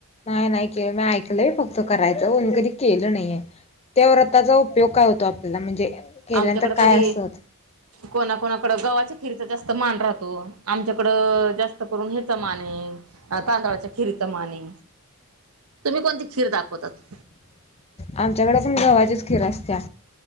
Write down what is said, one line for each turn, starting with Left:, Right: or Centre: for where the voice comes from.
Left: नाही नाही के मी ऐकलय फक्त करायचं <unintelligible> केल नईये, त्या व्रतचा उपयोग काय होतो आपल्याला म्हणजे केल्यानंतर
Right: आमच्याकड
Left: काय
Right: कधी
Left: असत
Right: कोणा कोणाकडं गवाच खिरीचा जास्त मान राहतो, आमच्याकड जास्त करून ह्याचा मान ये अ तांदळाच्या खिरी चा मान ये, तुम्ही कोणती खीर दाखवतात?
Left: आमच्याकडे पण गव्हाचीच खीर असत्या